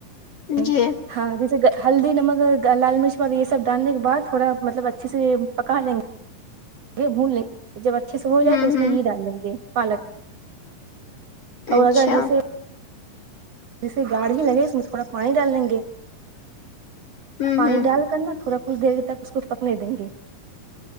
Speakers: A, on the right; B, on the left.
A: میں
B: جی
A: ہاں جیسے ہلدی نمک لال مرچ یہ سب ڈالنے کے بعد تھوڑا مطلب اچھے سے پکا لینگے بھون لیں گے جب اچھے سے ہون جائے
B: ہوں
A: تو اس
B: ہوں
A: میں یہ ڈال دیں گے پالک اواز
B: اچھا
A: انے سے جیسے جیسے گاڑ ہی لگے اس میں تھوڑا پانی ڈال لیں گے
B: ہوں
A: پانی
B: ہوں
A: ڈال کر نہ تھوڑا کچھ دیر تک اس کو پکنے دیں گے